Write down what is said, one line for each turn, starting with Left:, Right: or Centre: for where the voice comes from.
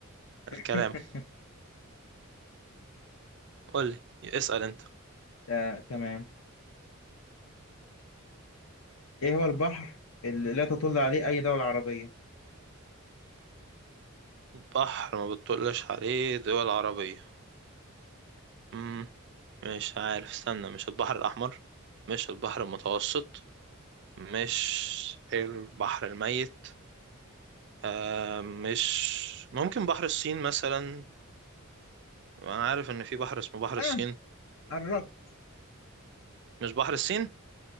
Left: <laughs>
Right: الكلام قول لي اسأل أنت
Left: آه، تمام إيه هو البحر اللي لا تطل عليه أي دولة عربية؟
Right: بحر ما بتطلش عليه دول عربية مم. مش عارف استنى مش البحر الأحمر مش البحر المتوسط مش البحر الميت آه مش ممكن بحر الصين مثلا انا عارف ان في بحر اسمه بحر
Left: آه
Right: الصين
Left: قربت
Right: مش بحر الصين